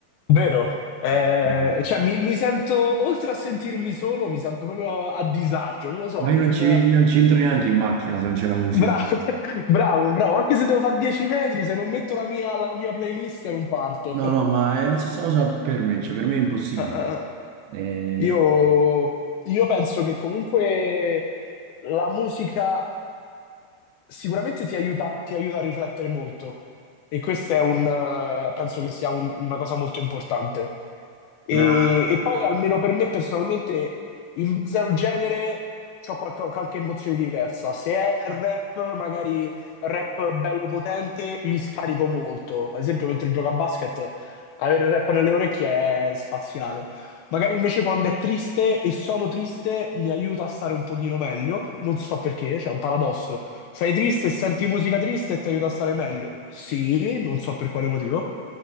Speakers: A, on the left; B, on the right.
A: Vero? Eh,
B: Mm.
A: cioè, mi, mi sento, oltre a sentirmi solo, mi sento proprio a disagio, non lo so,
B: Ma
A: non...
B: io non ci, io non ci entro neanche in macchina se non c'è la musica.
A: Bravo, <laughs> bravo, bravo, anche se devo fare 10 metri, se non metto la mia, la mia playlist non parto.
B: No, no, ma è la stessa cosa per me, cioè per me è impossibile.
A: <laughs>
B: Eh,
A: Io, io penso che comunque la musica sicuramente ti aiuta, ti aiuta a riflettere molto e questo è un, eh, penso che sia un- una cosa molto importante. E,
B: ma,
A: e poi almeno per me personalmente, in base al genere, ho qualche emozione diversa. Se è rap, magari rap bello potente, mi scarico molto. Ad esempio, mentre gioco a basket, avere il rap nelle orecchie è spaziale. Magari invece quando è triste e sono triste mi aiuta a stare un pochino meglio, non so perché, c'è un paradosso. Sei triste e senti musica triste e ti aiuta a stare meglio. Sì, non so per quale motivo.